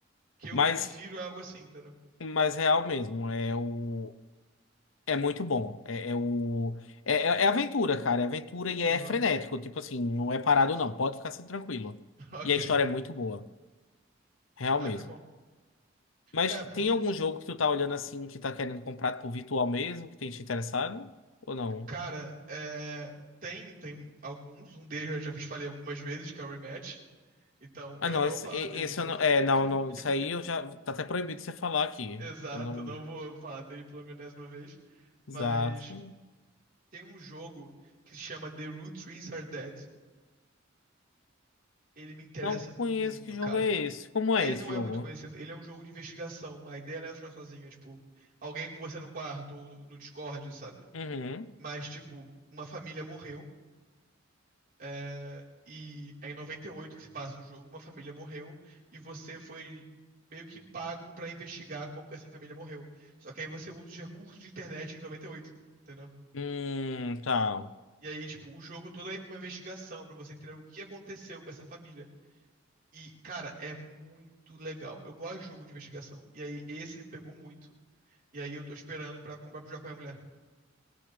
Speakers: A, on the right; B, on the left.
A: Que
B: Mas
A: eu prefiro algo assim, entendeu?
B: mais real mesmo. É o é muito bom. É, é o é, é é aventura, cara. É aventura e é
A: Aham,
B: frenético. Tipo assim, não é parado não. Pode ficar assim, tranquilo.
A: <laughs> ok.
B: E a história é muito boa, real
A: Ah,
B: mesmo.
A: que bom.
B: Mas
A: É,
B: tem algum jogo que tu tá olhando assim que tá querendo comprar por virtual mesmo que tem te interessado ou não?
A: Cara, é, tem, tem alguns. Um deles eu já te falei algumas vezes, que é o Rematch. Então,
B: Ah,
A: eu
B: não,
A: não
B: esse,
A: vou falar
B: e-
A: dele
B: esse
A: de novo.
B: eu não, é, não,
A: <laughs>
B: não, isso aí eu já tá até proibido de você falar aqui.
A: Exato,
B: Eu não,
A: não vou falar dele pela milésima vez. Mas
B: exato.
A: tem um jogo que se chama The Root Trees Are Dead. Ele me interessa
B: Não conheço
A: muito,
B: que jogo
A: cara.
B: é esse. Como
A: Ele
B: é esse
A: não
B: jogo?
A: é muito conhecido, ele é um jogo de investigação. A ideia não é jogar sozinha, tipo, alguém com você no quarto ou no, no Discord, sabe?
B: Uhum.
A: Mas, tipo, uma família morreu É, e é em 98 que se passa o jogo, uma família morreu e você foi meio que pago pra investigar como que essa família morreu. Só que aí você usa os recursos de internet de 98, entendeu?
B: Hum, tá.
A: E aí, tipo, o jogo todo é uma investigação pra você entender o que aconteceu com essa família. E, cara, é muito legal. Eu gosto de jogo de investigação. E aí, esse me pegou muito. E aí, eu tô esperando pra comprar pro jogo com a minha mulher.